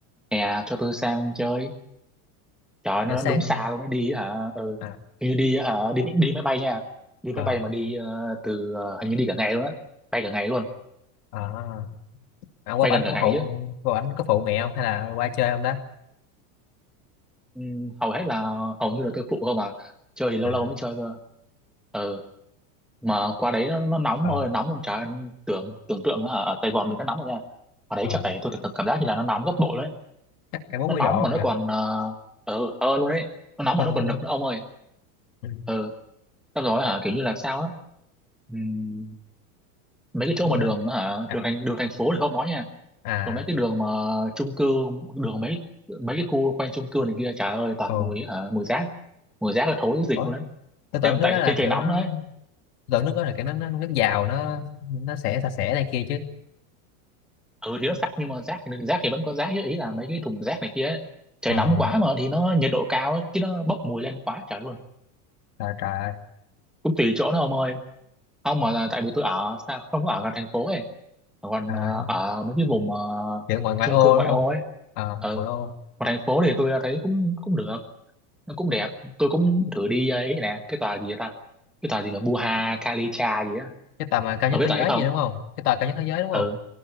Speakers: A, in the centre; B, on the left.
A: hè cho tôi sang chơi trời ơi, nó
B: kiểu sang
A: đúng xa luôn đấy đi hả ừ.
B: à,
A: hình như đi hả đi đi máy bay nha đi
B: ờ,
A: máy bay mà đi ờ, từ ờ, hình như đi cả ngày luôn á bay cả ngày luôn
B: à, à, qua
A: bay
B: bển
A: gần
B: ông
A: cả
B: có
A: ngày
B: phụ
A: chứ
B: qua bển có phụ mẹ không hay là qua chơi không đó
A: Ừ, hầu hết là hầu như là tôi phụ không à chơi thì lâu
B: à,
A: lâu mới chơi cơ ờ mà qua đấy nó, nó nóng
B: ờ,
A: ơi nóng luôn chả tưởng tưởng tượng là ở ở Sài Gòn mình nó nóng rồi nha ở đấy
B: ờ,
A: chắc phải tôi cảm cảm giác như là nó nóng gấp bội đấy
B: chắc cả 40
A: nó nóng
B: độ
A: mà
B: không
A: nó
B: nhỉ
A: còn ờ ờ hơn luôn đấy nó nóng
B: hơn
A: mà nó
B: luôn
A: còn nực nữa ông ơi
B: á. ừ.
A: ờ xong rồi hả kiểu như là sao á Ừm, mấy cái chỗ
B: đúng
A: mà đường
B: đó
A: hả
B: à,
A: đường thành đường thành phố thì không nói nha
B: à
A: còn mấy cái đường mà chung cư đường mấy mấy cái khu quanh chung cư này kia trời ơi toàn
B: ờ.
A: mùi hả mùi rác mùi rác là thối dịch
B: Ủa,
A: luôn đấy
B: tôi tưởng
A: thêm
B: nước
A: tại
B: đó là
A: thêm
B: kiểu
A: trời nóng
B: nó
A: nữa ấy.
B: tôi tưởng nước đó là kiểu nó, nó nước giàu nó nó sẽ sạch sẽ này kia chứ
A: ừ thì nó sạch nhưng mà rác thì rác thì vẫn có rác chứ ý là mấy cái thùng rác này kia ấy. trời
B: Ờ,
A: nóng quá mà thì nó nhiệt độ cao ấy, chứ nó bốc mùi lên quá trời luôn
B: trời trời
A: cũng tùy chỗ nó ông ơi không mà là tại vì tôi ở sao không có ở gần thành phố ấy còn
B: à,
A: à, ở mấy cái vùng uh,
B: kiểu ngoại ngoại
A: chung
B: ô
A: cư ngoại
B: đúng không
A: ô ấy
B: Ờ,
A: ừ
B: ngoại ô
A: còn thành phố thì tôi thấy cũng cũng được nó cũng đẹp tôi cũng thử đi ấy nè cái tòa gì ta cái tòa gì mà Buha Kalicha gì á
B: cái tòa mà cao
A: ông
B: nhất
A: biết
B: thế
A: tòa
B: giới
A: ấy không
B: gì đúng không cái tòa cao nhất thế giới đúng không
A: ừ